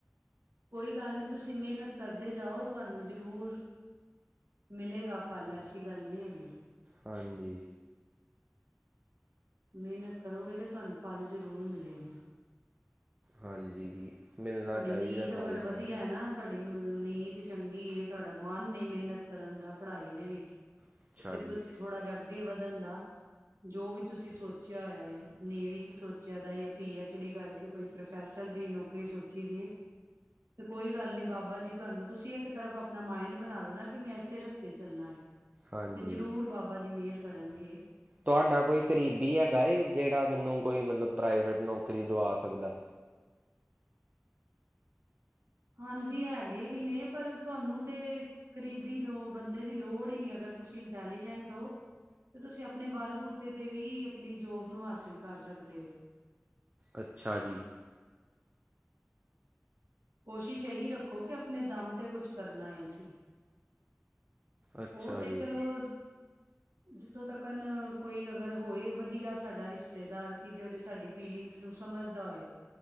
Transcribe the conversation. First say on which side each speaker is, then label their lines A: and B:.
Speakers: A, on the right (about 85°); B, on the right (about 30°).
A: ਕੋਈ ਗੱਲ ਨਹੀਂ ਤੁਸੀਂ ਮਿਹਨਤ ਕਰਦੇ ਜਾਓ, ਤੁਹਾਨੂੰ ਜ਼ਰੂਰ ਮਿਲੇਗਾ ਫਲ ਐਸੀ ਗੱਲ ਨਹੀਂ ਹੈਗੀ।
B: ਹਾਂਜੀ।
A: ਮਿਹਨਤ ਕਰੋਗੇ ਤੇ ਤੁਹਾਨੂੰ ਫਲ ਜ਼ਰੂਰ ਮਿਲੇਗਾ।
B: ਹਾਂਜੀ, ਜੀ। ਮਿਲਣਾ
A: ਤੁਹਾਡੀ
B: ਚਾਹੀਦਾ
A: ਨੀਤ
B: ਫਲ
A: ਅਗਰ ਵਧੀਆ
B: ਮੈਂ
A: ਹੈ ਨਾ, ਤੁਹਾਡੀ ਨੀਤ- ਚੰਗੀ ਹੇ ਤੁਹਾਡਾ ਮਨ ਐ ਮਿਹਨਤ ਕਰਨ ਦਾ ਪੜਾਈ ਦੇ ਵਿੱਚ।
B: ਅੱਛਾ
A: ਫਿਰ
B: ਜੀ
A: ਤੁਸ ਥੋੜਾ <unintelligible> ਜਗ ਅੱਗੇ ਵਧਣ ਦਾ ਜੋ ਵੀ ਤੁਸੀਂ ਸੋਚਿਆ ਹੋਆ ਹੈ। ਨੇਵੀ ਚ ਸੋਚਿਆ ਦਾ ਜਾਂ ਪੀ ਐਚ ਡੀ ਕਰਕੇ ਕੋਈ ਪ੍ਰੋਫੈਸਰ ਦੀ ਨੌਕਰੀ ਸੋਚ- ਜੀ <unintelligible> ਤੇ ਕੋਈ ਗੱਲ ਨੀ ਬਾਬਾ ਜੀ ਤੁਹਾਨੂੰ ਤੁਸੀਂ ਇੱਕ ਤਰਫ ਆਪਣਾ ਮਾਇੰਡ ਬਣਾ ਲਓ ਨਾ ਕਿ ਮੈਂ ਇਸੇ ਰਸਤੇ ਚੱਲਣਾ ਹੈ
B: ਹਾਂਜੀ
A: ਤੇ ਜ਼ਰੂਰ ਬਾਬਾ ਜੀ ਮਿਹਰ- ਕਰਨਗੇ।
B: ਤੁਹਾਡਾ ਕੋਈ ਕਰੀਬੀ ਹੈਗਾ ਹੇ ਜਿਹੜਾ ਮੈਨੂੰ ਕੋਈ ਮਤਲਬ ਪ੍ਰਾਈਵੇਟ ਨੌਕਰੀ ਦਵਾ ਸਕਦਾ।
A: ਹਾਂਜੀ, ਹੈਗੇ ਵੀ ਨੇ ਪਰ, ਤੁਹਾਨੂੰ ਤੇ ਕਰੀਬੀ ਦੋ ਬੰਦੇ ਦੀ ਲੋੜ ਹੀ ਨਹੀਂ ਅਗਰ ਤੁਸੀਂ ਇੰਟੈਲੀਜੈਂਟ ਹੋ, ਤਾਂ ਤੁਸੀਂ ਆਪਣੇ ਬਲ ਬੂਤੇ ਤੇ ਵੀ ਆਪਣੀ ਜੋਬ ਨੂੰ ਹਾਸਿਲ ਕਰ ਸਕਦੇ ਹੋ।
B: ਅੱਛਾ ਜੀ।
A: ਕੋਸ਼ਿਸ਼ ਇਹੀ ਰੱਖੋ ਕਿ ਆਪਣੇ ਦਮ ਤੇ ਕੁਝ ਕਰਨਾ ਹੈ ਅਸੀਂ।
B: ਅੱਛਾ
A: ਉਹ ਤੇ
B: ਜੀ,
A: ਚਲੋ- ਜਿੱਥੋਂ ਤੱਕ ਨ ਕੋਈ ਅਗਰ ਹੋਏ ਵਧੀਆ ਸਾਡਾ ਰਿਸ਼ਤੇਦਾਰ, ਕਿ ਜਿਹੜੇ ਸਾਡੀ ਫੀਲਿੰਗਸ ਨੂੰ ਸਮਝਦਾ ਹੋਏ,